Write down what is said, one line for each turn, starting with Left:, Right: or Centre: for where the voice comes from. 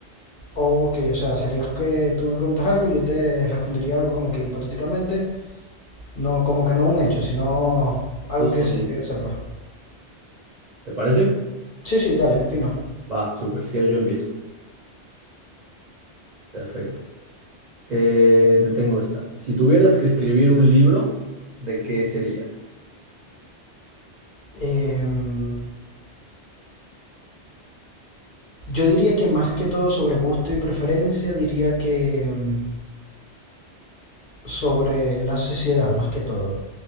Left: Ok, o sea, serías que tú me preguntas algo y yo te respondería algo como que hipotéticamente, no, como que no un hecho, sino algo
Right: Justo
Left: que se
Right: así,
Left: pudiera hacer, pues.
Right: ¿te parece?
Left: Sí, sí, dale, fino.
Right: Va, súper, si quieres yo empiezo. Perfecto. Eh, te tengo esta. Si tuvieras que escribir un libro, ¿de qué sería?
Left: Em, yo diría que más que todo sobre gusto y preferencia, diría que em, sobre la sociedad, más que todo.